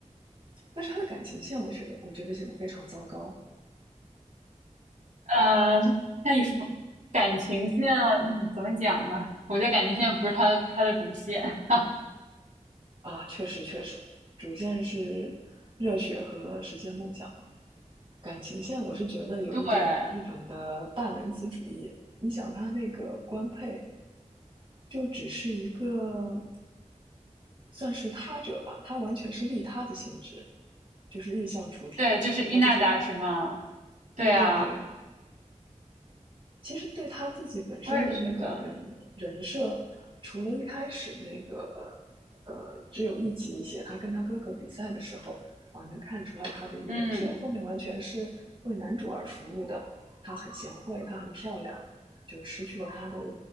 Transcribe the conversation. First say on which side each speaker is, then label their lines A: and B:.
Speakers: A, on the right; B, on the right.
A: 但是他的感情线，我觉得我觉得写的非常糟糕。
B: 嗯，他一说感情线嗯怎么讲呢？我觉得感情线不是他他的主线，<laughs>
A: 啊，确实确实，主线是热血和实现梦想嘛。感情线我是觉得有一点日本的大男子主义。
B: 对
A: 你想他那个官配就只是一个算是他者吧，他完全是利他的性质，就是日向雏田，
B: 对，就是伊那达是吗？
A: 他就是
B: 对啊，
A: 对对对，其实对他自己本身的那个人人设，
B: 我也觉得，
A: 除了一开始那个呃，只有一集写他跟他哥哥比赛的时候啊、呃能看出来他的一个人设，
B: 嗯，
A: 后面完全是为男主而服务的。她很贤惠，她很漂亮，就失去了她的